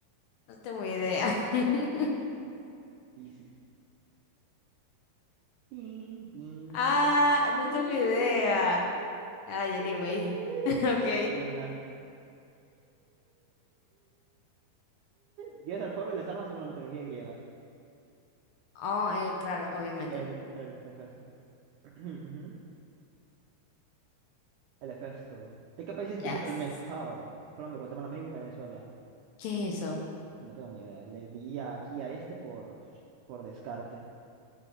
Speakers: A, on the left (about 80°); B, on the right (about 80°).
A: No tengo idea. <laughs>
B: easy. Pim, pim.
A: Ah, no
B: Pirirín,
A: tengo idea. Ay,
B: pim,
A: anyway.
B: pirirín.
A: <laughs> Ok.
B: Midna. Dios del fuego y las armas según la mitología griega.
A: Oh, eh, claro, obviamente.
B: El, el Hefesto. <clears throat> Ujú, El Hefesto. ¿De qué país es
A: Yes.
B: típico el mezcal? Colombia, Guatemala, México, Venezuela.
A: ¿Qué es eso?
B: No tengo ni idea. Le di aquí a este por, pues, por descarte.